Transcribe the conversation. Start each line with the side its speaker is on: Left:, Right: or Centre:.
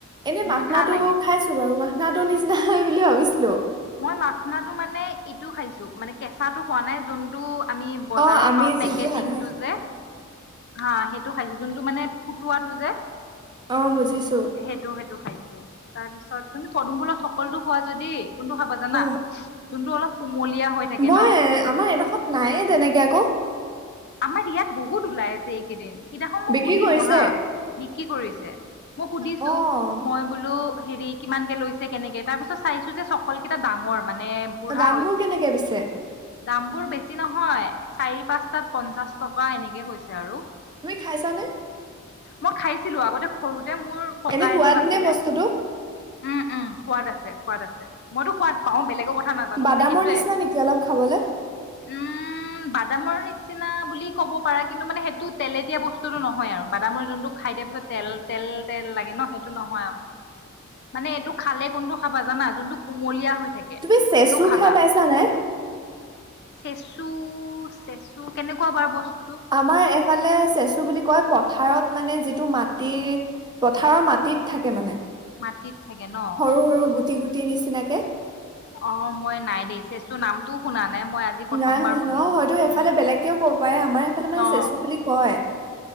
Right: এনে
Left: মিঠা
Right: মাখনাটো
Left: লাগে।
Right: খাইছো বাৰু মা মাখনাটো নিচিনা হয় বুলি ভাবিছিলোঁ-
Left: মই মাখনাটো মানে এইটোও খাইছো মানে কেঁচাটো খোৱা নাই যোনটো- আমি বজাৰত
Right: অ', আমি
Left: পাওঁ পেকেটিংটো
Right: যিটো সাধাৰণ
Left: যে। হা সেইটো খাইছো যোনটো মানে ফুটোৱাটো যে-
Right: অ বুজিছো।
Left: সেইটো সেইটো খাইছো, তাৰ পিছত তুমি পদুম ফুলৰ চকলটো খোৱা যদি ই কোনটো খাবা জানা?
Right: অ'।
Left: যোনটো অলপ কুমলীয়া হৈ থাকে
Right: মই
Left: ন।
Right: আমাৰ এডোখৰত নায়ে তেনেকে আকৌ।
Left: আমাৰ ইয়াত বহুত ওলাই আছে এইকেইদিন। সেইদিনাখন মই
Right: বিক্ৰী
Left: সুধিলো
Right: কৰিছে
Left: হা, বিক্ৰী কৰিছে মই সুধিছো
Right: অ',
Left: মই বোলো হেৰি কিমান কে লৈছে কেনেকে তাৰ পিছত চাইছো যে চকল কেইটা ডাঙৰ মানে- মানে বুঢ়া
Right: দামবোৰ
Left: হৈছে-
Right: কেনেকে পিছে?
Left: দামবোৰ বেছি নহয়, চাৰি- পাঁচটাত পঞ্চাশ টকা এনেকে কৈছে আৰু।
Right: তুমি খাইছানে?
Left: মই খাইছিলো আগতে সৰু- এ মোৰ ককা
Right: এনে সোৱাদ
Left: এজন আছিলে,
Right: নে বস্তুটো?
Left: উম উম সোৱাদ আছে। সোৱাদ আছে, মইতো সোৱাদ পাওঁ বেলেগৰ নাজানো
Right: বাদামৰ
Left: মানে সেইটোৱে
Right: নিচিনা নেকি অলপ খাবলে?
Left: উম বাদামৰ নিচিনা বুলি ক'ব পাৰা কিন্তু মানে সেইটো তেলেতিয়া বস্তুটো নহয় আৰু বাদামৰ যোনটো খাই দিয়াৰ পিছত তেল -তেল -তেল লাগে ন সেইটো নহয় আৰু। মানে এইটো খালে কোনটো খাবা জানা যোনটো কুমলীয়া হৈ- থাকে
Right: তুমি চেচু
Left: সেইটো খাবা,
Right: খাই পাইছা নাই?
Left: চেচু চু কেনেকুৱা বাৰু বস্তু
Right: আমাৰ এফালে চেচু বুলি কয় প পথাৰত মানে যিটো মাটি পথাৰৰ মাটিত থাকে মানে।
Left: মাটিত থাকে ন
Right: সৰু
Left: সেইটো
Right: সৰু গুটি গুটি নিচিনাকে-
Left: অ মই নাই দেই চেচু নামটোও শুনা না নাই মই আজি প্ৰথমবাৰ
Right: নাই শুনা
Left: শুনিছো
Right: ন হয়তো সেইফালে
Left: উম
Right: বেলেগকেও ক'ব পাৰে আমাৰ এইফালে মানে
Left: অ
Right: চেচু বুলি কয়।